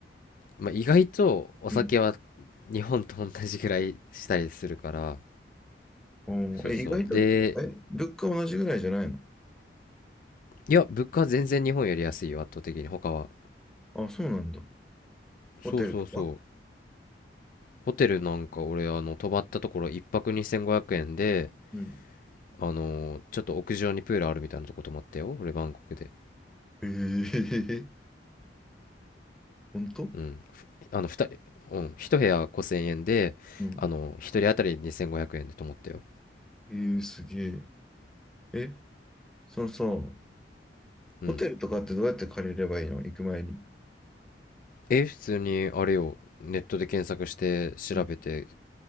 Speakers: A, on the left (about 50°); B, in the centre.
A: まあ、意外とお酒は
B: うん
A: 日本と同じぐらいしたりするから、
B: おーえ、
A: そうそう。
B: 意外とって、
A: で、
B: え、物価同じぐらいじゃないの
A: いや、物価は全然日本より安いよ、圧倒的に、他は。
B: あ、そうなんだ。
A: そうそうそう。
B: ホテルとか
A: ホテルなんか俺あの泊まったところ一泊2500円で
B: うん
A: あのーちょっと屋上にプールあるみたいなとこ泊まったよ俺バンコクで
B: ええ <laughs> 本当
A: うんふあの2、うん、1部屋5000円であの一人当たり2500円で泊まったよ
B: うんえー、すげえ。え、そのさ、ホ
A: うん
B: テルとかってどうやって借りればいいの行く前に。
A: え普通にあれよネットで検索して調べて
B: うん